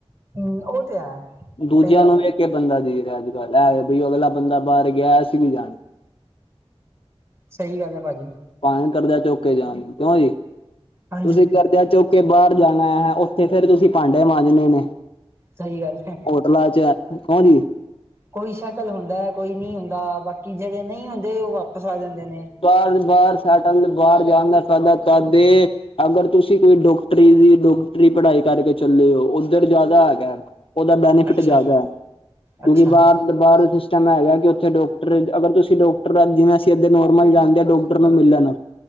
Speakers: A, on the right; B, on the left.
A: ਹੂੰ, ਓ ਤੇ ਹੈ।
B: ਦੂਜੇਆਂ
A: ਸਹੀ ਗੱਲ
B: ਨੂੰ
A: ਹੈ
B: ਵੇਖ ਕੇ ਬੰਦਾ ਦੇਖਦਾ ਅੱਜ- ਕੱਲ ਏ ਆ, ਬਈ ਓ ਅਗਲਾ ਬੰਦਾ ਬਾਰ ਗੇਆ ਅਸੀਂ ਵੀ ਜਾਣਾ।
A: ਸਈ ਗੱਲ ਆ ਪਾਜੀ।
B: ਪਾਵੇ ਕਰਜ਼ਾ ਚੌਕੇ ਜਾਣ ਕਿਓਜੀ,
A: ਹਾਂਜੀ
B: ਤੁਸੀਂ ਕਰਜ਼ਾ ਚੌਕੇ ਕੇ ਬਾਰ ਜਾਣਾ ਓਥੇ ਫੇਰ ਤੁਸੀਂ ਭਾਂਡੇ ਮਾਂਜਣੇ ਨੇ।
A: ਸਹੀ ਗੱਲ ਹੈ।
B: ਹੋਟਲਾਂ ਚ ਹੋਰ ਜੀ।
A: ਕੋਈ ਸੈਟਲ ਹੁੰਦਾ, ਕੋਈ ਨਈ ਹੁੰਦਾ, ਬਾਕੀ ਜੇੜੇ ਨਈ ਹੁੰਦੇ, ਓ ਵਾਪਸ ਆ ਜਾਂਦੇ ਨੇ।
B: ਬਾਰ-ਬਾਰ ਸੈਟਲ, ਬਾਰ ਜਾਨ ਦਾ ਫੈਦਾ ਤਦ ਏ ਅਗਰ ਤੁਸੀਂ ਕੋਈ ਡੋਕਟਰੀ ਦੀ ਡੋਕਟਰੀ ਪੜ੍ਹਾਈ ਕਰਕੇ ਚੱਲੇ ਓ, ਓਧਰ ਫੈਦਾ ਹੈਗਾ ਉਹਦਾ ਬੈਨੀਫਿਟ
A: ਅੱਛਾ
B: ਜ਼ਿਆਦਾ ਹੈ। ਕਿਉਂਕਿ
A: ਅੱਛਾ
B: ਬਾਹਰ ਬਾਹਰ ਦਾ ਸਿਸਟਮ ਹੈਗਾ ਕਿ ਉੱਥੇ। ਅਗਰ ਤੁਸੀਂ ਡਾਕਟਰ ਜਿਵੇਂ ਅਸੀਂ ਇੱਕ ਨੋਰਮਲ ਜਾਂਦੇ ਹਾਂ। ਡਾਕਟਰ ਨੂੰ ਮਿਲਣ,